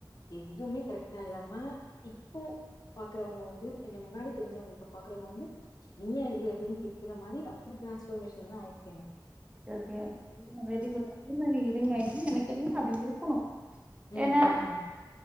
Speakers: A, on the left; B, on the right.
A: எதுமே கரெக்ட்டா இல்லாம இப்போ பாக்குறவங்க வந்து என்ன முன்னாடி தெரிஞ்சவங்க இப்ப பாக்குறவங்க வந்து நீயா இது அப்டின்னு கேக்குற மாறி அப்டி டிரான்ஸ்பமேஷன் தான் ஆயிருக்கு
B: ஓகே <unintelligible> நீங்க என்ன நெனைக்கிறீங்களோ அப்டி இருக்கணு
A: ம்,
B: ஏன்னா
A: ம்.